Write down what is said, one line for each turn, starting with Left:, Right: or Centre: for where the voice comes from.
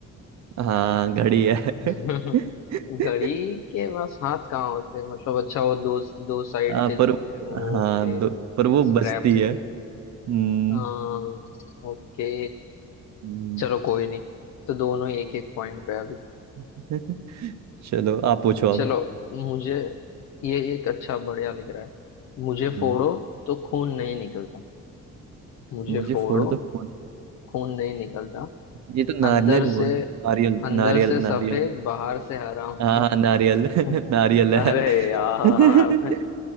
Right: हाँ घड़ी है <laughs>
Left: <laughs> घड़ी के पास हाथ कहाँ होते हैं मतलब अच्छा वो दो दो साइड
Right: हाँ,
Left: के जो
Right: पर
Left: होते हैं वो
Right: हाँ
Left: ओके
Right: दो पर वो
Left: स्ट्रैप
Right: बचती है हम्म
Left: हाँ ओके
Right: हम्म,
Left: चलो कोई नहीं तो दोनों एक एक पॉइंट पे अभी
Right: <laughs> चलो आप पूछो
Left: चलो
Right: अब
Left: मुझे ये एक अच्छा बढ़िया लिख रहा है मुझे
Right: हम्म,
Left: फोड़ो तो खून नहीं निकलता मुझे
Right: मुझे
Left: फोड़ो
Right: फोड़ तो कौन
Left: खून नहीं निकलता
Right: ये तो नारियल
Left: अंदर
Right: हुआ
Left: से
Right: ना नारियल
Left: अंदर
Right: नारियल
Left: से सफेद
Right: नारियल
Left: बाहर से हरा
Right: हाँ
Left: हूँ
Right: हाँ नारियल
Left: <laughs>
Right: <laughs> नारियल है
Left: अरे यार
Right: <laughs>